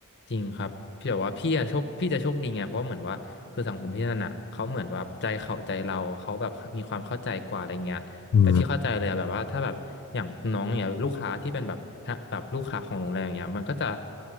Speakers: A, on the left; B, on the left.
A: จริงครับพี่บอกว่าพี่อะโชคพี่จะโชคดีไง เพราะเหมือนว่าคือสังคมพี่นั่นอะเขาเหมือนว่าใจเขาใจเราเขาแบบมีความเข้าใจกว่าอะไรเงี้ย
B: อืม
A: แต่พี่เข้าใจเลยอะแบบว่าถ้าแบบอย่างน้องเนี่ยลูกค้าที่เป็นแบบฮะแบบลูกค้าของโรงแรมเนี่ยมันก็จะ